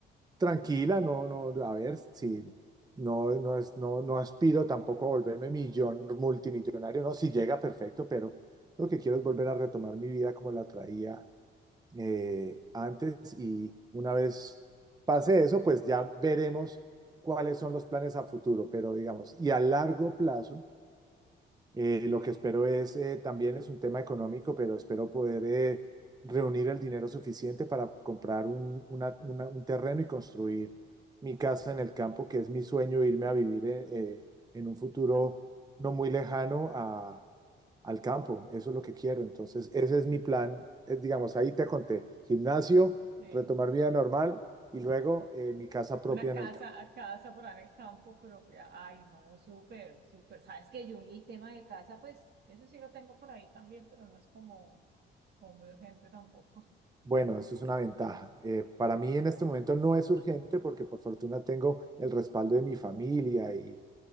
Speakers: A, on the right; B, on the right.
A: tranquila, no, no, a ver, si no, no es, no, no aspiro tampoco a volverme millón, multimillonario, no, si llega perfecto, pero lo que quiero es volver a retomar mi vida como la traía eh, antes y una vez pase eso, pues ya veremos cuáles son los planes a futuro, pero digamos, y a largo plazo, eh, lo que espero es, eh, también es un tema económico, pero espero poder eh, reunir el dinero suficiente para comprar un, una- una- un terreno y construir mi casa en el campo, que es mi sueño, irme a vivir eh, eh, en un futuro
B: Ca-
A: no muy lejano a, al campo, eso es lo que quiero. Entonces, ese es mi plan. Es, digamos, ahí te conté, gimnasio,
B: Sí.
A: retomar vida normal y luego eh, mi casa propia
B: Una
A: en
B: casa,
A: el campo.
B: casa para en el campo propia. Ay, no, súper, súper. Sabes que yo el tema de casa, pues, eso sí lo tengo por ahí también, pero no es como, como muy urgente tampoco.
A: Bueno, eso es una ventaja. Eh, para
B: Sí,
A: mí
B: sí.
A: en este momento no es urgente porque por fortuna tengo el respaldo de mi familia y,